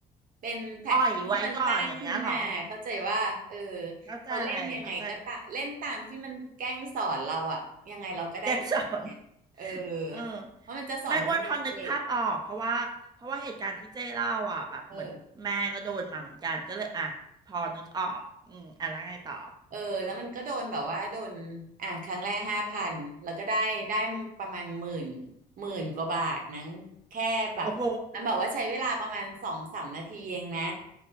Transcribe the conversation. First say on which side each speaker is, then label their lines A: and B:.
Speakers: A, on the right (about 55°); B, on the right (about 25°).
A: เป็นแพลตฟอร์มที่มันสร้างขึ้นมาเข้าใจว่าเออ
B: อ่อยไว้ก่อนอย่างเงี้ยเหรอ เข้าใจ
A: เราเล่นยังไงก็ตะเล่นตามที่มันแกล้งสอนเราอ่ะยังไงเราก็ได้ตังค์เนี่ยเออ
B: เข้าใจแกสอน เออ
A: เพราะมันจะสอนเป็นสเต็ป
B: ไม่อ้วนพอนึกภาพออกเพราะว่าเพราะว่าเหตุการณ์ที่เจ้เล่าอ่ะแบบเหมือนแม่ก็โดนมาเหมือนกันก็เลยอ่ะพอนึกออกอืมอ่ะแล้วไงต่อ
A: เออ เออแล้วมันก็โดนแบบว่าโดนอ่ะครั้งแรกห้าพันแล้วก็ได้ได้ประมาณหมื่นหมื่นกว่าบาทมั้งแค่แบบมันบอกว่าใช้เวลาประมาณสองสามนาทีเองนะ
B: โอ้โห